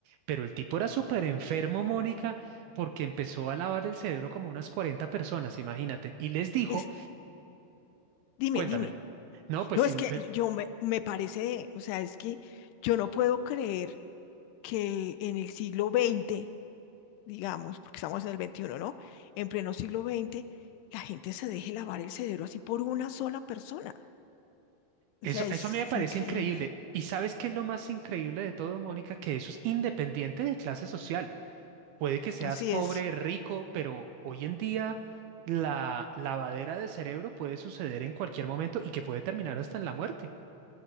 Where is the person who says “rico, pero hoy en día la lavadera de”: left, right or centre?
Right